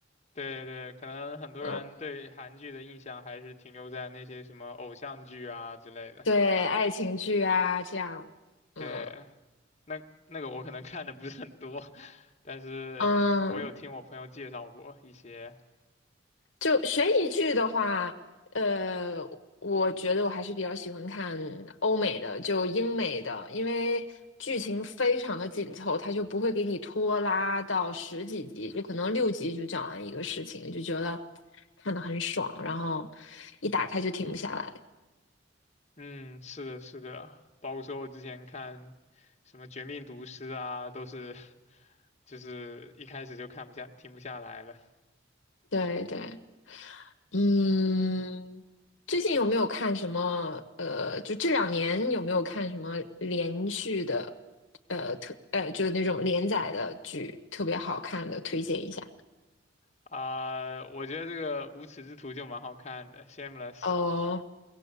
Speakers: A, on the left; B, on the left.
A: 对对，可能很多人对韩剧的印象还是停留在那些什么偶像剧啊之类的。
B: 嗯，对，爱情剧啊，这样，
A: 对，
B: 嗯
A: 那那个我可能看的不是很多，<laughs> 但是嗯，
B: 嗯，
A: 我有听我朋友介绍过一些。
B: 就悬疑剧的话，呃，我觉得我还是比较喜欢看欧美的，就英美的，因为剧情非常的紧凑，它就不会给你拖拉到十几集，就可能六集就讲完一个事情，就觉得看得很爽，然后一打开就停不下来。
A: 嗯，是的，是的，包括说我之前看什么《绝命毒师》啊，都是 <laughs> 就是一开始就看不下，停不下来了
B: 对对，嗯，最近有没有看什么？呃，就这两年有没有看什么连续的，呃，特呃，就是那种连载的剧，特别好看的，推荐一下。
A: 啊、我觉得这个《无耻之徒》就蛮好看的，《Shameless》。
B: 哦